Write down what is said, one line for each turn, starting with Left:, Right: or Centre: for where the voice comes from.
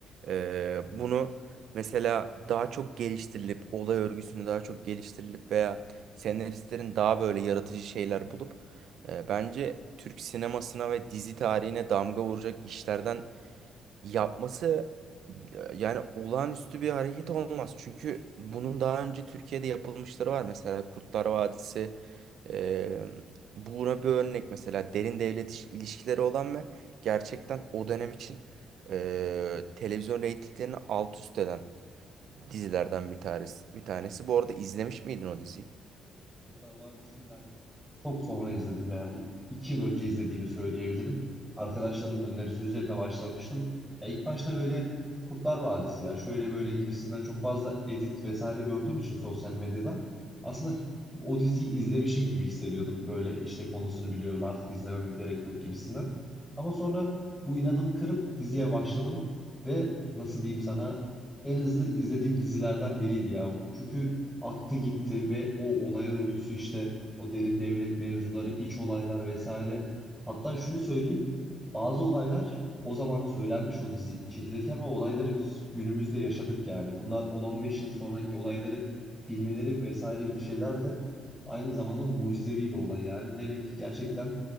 Right: Ee, bunu mesela daha çok geliştirilip, olay örgüsünü daha çok geliştirilip veya senaristlerin daha böyle yaratıcı şeyler bulup e, bence Türk sinemasına ve dizi tarihine damga vuracak işlerden yapması e, yani olağanüstü bir hareket olmaz. Çünkü bunun daha önce Türkiye'de yapılmışları var. Mesela Kurtlar Vadisi e, buna bir örnek mesela derin devlet iş- ilişkileri olan ve gerçekten o dönem için e, televizyon reytinglerini alt üst eden dizilerden bir tanesi. Bir tanesi. Bu arada izlemiş miydin o diziyi?
Centre: Kurtlar Vadisi'ni ben çok sonra izledim yani iki yıl önce izlediğimi söyleyebilirim. Arkadaşlarımın önerisi üzerine başlamıştım. Ya ilk başta böyle Kurtlar Vadisi ya şöyle böyle gibisinden çok fazla edit vesaire gördüğüm için sosyal medyada aslında o diziyi izlemişim gibi hissediyordum. Böyle işte konusunu biliyorum artık izlememe gerek yok gibisinden. Ama sonra bu inadımı kırıp diziye başladım ve nasıl diyeyim sana en hızlı izlediğim dizilerden biriydi ya bu. Çünkü attı gitti ve o olay örgüsü işte o derin devlet mevzuları, iç olaylar vesaire. Hatta şunu söyleyeyim. Bazı olaylar o zaman söylenmiş o dizi çekilirken ve olayları biz günümüzde yaşadık yani. Bunlar 10-15 yıl sonraki olayları bilmeleri vesaire gibi şeyler de aynı zamanda mucizevi bir olay yani. Demek ki gerçekten